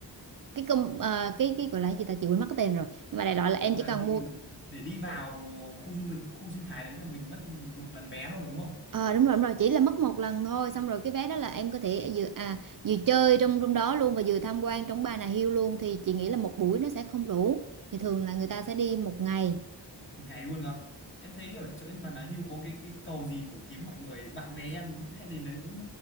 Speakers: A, on the right; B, on the left.
A: cái công ờ, cái cái gọi là cái gì ta chị quên mất cái tên rồi nhưng mà đại loại là em
B: gọi
A: chỉ
B: là
A: cần
B: cái
A: mua
B: để đi vào khu du lịch khu sinh thái đấy là mình mất một lần vé thôi đúng không
A: Ờ đúng rồi đúng rồi chỉ là mất một lần thôi xong rồi cái vé đó là em có thể vừa à vừa chơi trong trong đó luôn và vừa tham quan trong Bà Nà Hills luôn thì chị nghĩ
B: Ờ,
A: là một buổi nó sẽ không đủ thì thường là người ta sẽ đi một ngày
B: một ngày luôn cơ em thấy ở trên Bà Nà Hills có cái cái cầu gì nổi tiếng mọi người bạn bè em hay đến đấy cũng